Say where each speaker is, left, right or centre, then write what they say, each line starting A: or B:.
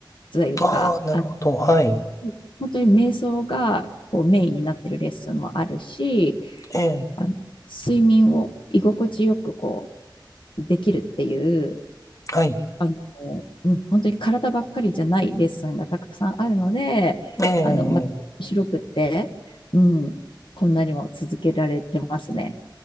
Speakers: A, on the left; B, on the left.
A: というか、
B: ああ、なるほど。
A: あの、
B: はい。
A: 本当に瞑想がこうメインになってるレッスンもあるし、
B: ええ、
A: あの睡眠を居心地よくこうできるっていう、
B: はい。
A: あの、うん、本当に体ばっかりじゃないレッスンがたくさんあるので、
B: ええ、
A: あの、また面白くって、うん、こんなにも続けられてますね。